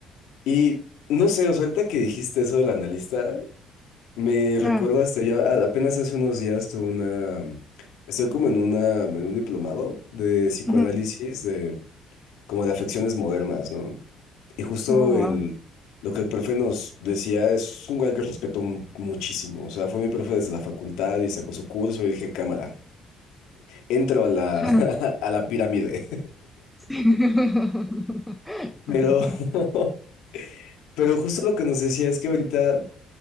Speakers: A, on the left; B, in the centre.
A: y no sé, o sea, ahorita que dijiste eso del analista, me recordaste,
B: Ah,
A: ya a- apenas hace unos días tuve una, estoy como en una, en un diplomado de psicoanálisis,
B: ujú.
A: de, como de afecciones modernas, ¿no? Y justo
B: Oh, wow.
A: el, lo que el profe nos decía es un guy que respeto mu- muchísimo. O sea, fue mi profe desde la facultad y sacó su curso y dije, cámara, entro a la,
B: <laughs>
A: <laughs> a la pirámide.
B: Sí. <laughs>
A: Pero, <laughs> pero justo lo que nos decía es que ahorita,